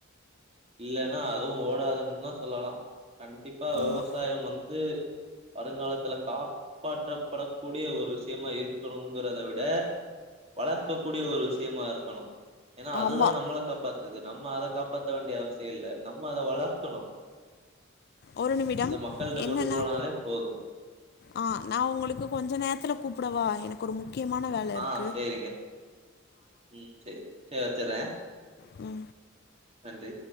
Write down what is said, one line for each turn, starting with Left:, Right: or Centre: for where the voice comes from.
Right: இல்லனா அதுவு ஓடாதுன்னு தா சொல்லலா கண்டிப்பா வெவசாயம்
Left: ஆமாம்
Right: வந்து வருங்காலத்துல காப்பாற்றப்படக் கூடிய ஒரு விஷய்மா இருக்கணுங்கிறத விட வளக்கக் கூடிய ஒரு விஷ்யமா இருக்கணு ஏனா அதுதா
Left: ஆமாம்
Right: நம்மள காப்பாத்துது நம்ம அத காப்பாத் த வேண்டிய அவசிய இல்ல நம்ம அத வளர்க்கணு
Left: ஒரு நிமிடம்
Right: இத மக்கள்ட்ட
Left: என்னண்ணா
Right: கொண்டு போனாலே போது
Left: ஆ நா உங்களுக்கு கொஞ்ச நேரத்துல கூப்புடவா எனக்கு ஒரு முக்கியமான வேல இருக்கு
Right: ஆ சேரிங்க ம் சேரி சேரி வச்சுட்றே
Left: ம்
Right: நன்றி